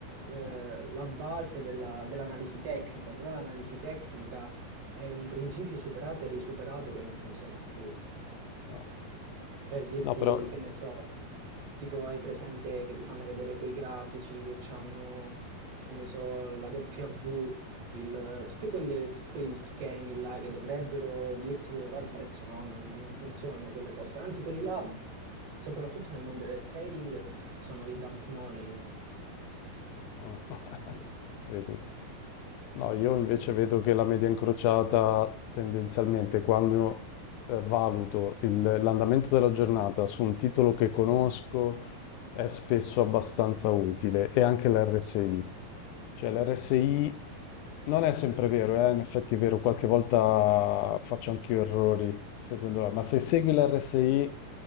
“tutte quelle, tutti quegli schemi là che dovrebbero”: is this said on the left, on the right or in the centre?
Right